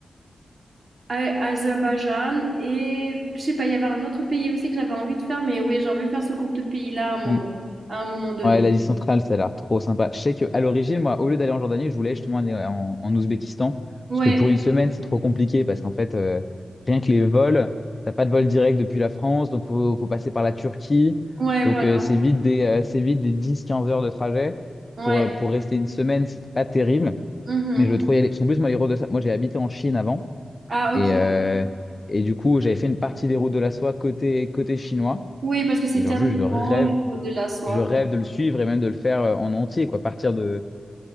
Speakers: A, on the right (about 55°); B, on the left (about 35°).
A: A- Azerbaïdjan et je sais pas, il y avait un autre pays aussi que j'avais envie de faire, mais oui, j'ai envie de faire ce groupe de pays-là à un moment,
B: Mm.
A: à un moment donné.
B: Ouais, l'Asie centrale, ça a l'air trop sympa. Je sais qu'à l'origine, moi, au lieu d'aller en Jordanie, je voulais justement aller en, en Ouzbékistan.
A: Ouais,
B: Parce que pour une semaine, c'est trop compliqué. Parce qu'en fait, euh, rien que les vols, t'as pas de vol direct depuis la France. Donc, faut, faut passer par la Turquie.
A: ouais, voilà,
B: Donc, euh, c'est vite des, euh, c'est vite des dix quinze heures de trajet.
A: ouais.
B: Pour, euh, pour rester une semaine, c'était pas terrible.
A: mhm.
B: Mais je veux trop y aller. Parce qu'en plus, moi, les routes de... ça moi, j'ai habité en Chine avant.
A: Ah, ok.
B: Et, euh, et du coup, j'avais fait une partie des routes de la soie côté, côté chinois.
A: Oui, parce que c'est
B: Et
A: tellement
B: genre, juste, je le
A: grand,
B: rêve
A: les routes de la soie.
B: je rêve
A: bon.
B: de le suivre et même de le faire euh, en entier, quoi. Partir de,